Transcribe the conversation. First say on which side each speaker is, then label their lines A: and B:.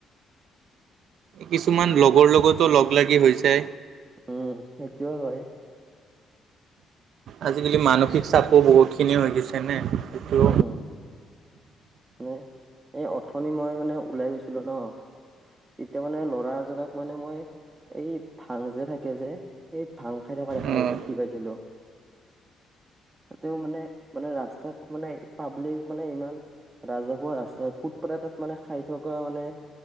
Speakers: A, on the right; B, on the right.
A: কিছুমান
B: এতিয়া
A: লগৰ লগতো লগ লাগি হৈছে
B: উম সেইটোয়ও হয়
A: আজিকালি মানসিক চাপো বহুত খিনি হৈ গৈছে। যেনে কিটো।
B: উম, মানে এই অথনি মই মানে ওলাই গৈছিলো ন। তেতিয়া মানে ল'ৰা এজনক মানে মই - এই ভাং যে থাকে যে সেই ভাং খাই থকা দেখা
A: অ'
B: দেখি পাইছিলো। ততেও মানে মানে ৰাস্তাত মানে পাব্লিক মানে ইমান ৰাজহুৱা আ ফুটপ তাত মানে খাই থকা মানে